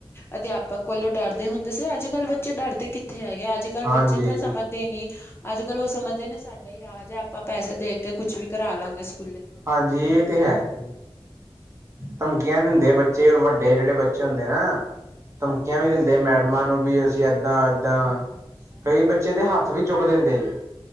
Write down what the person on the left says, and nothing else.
ਅਧਿਆਪਕ ਕੋਲੋਂ ਡਰਦੇ ਹੁੰਦੇ ਸੀ ਅੱਜ ਕੱਲ੍ਹ ਬੇ ਬੱਚੇ ਡਰਦੇ ਕਿੱਥੇ ਹੈਗੇ ਅੱਜ
ਕੱਲ੍ਹ ਬੱਚੇ ਤਾਂ ਸਮਝਦੇ ਨੀ ਅੱਜ ਕੱਲ ਉਹ ਸਮਝਦੇ ਨੇ ਸਾਡਾ ਹੀ ਰਾਜ ਹੈ। ਆਪਾਂ ਪੈਸੇ ਦੇ ਕੇ ਕੁਛ ਵੀ ਕਰਾ ਲਵਾਂਗੇ ਸਕੂਲੇ।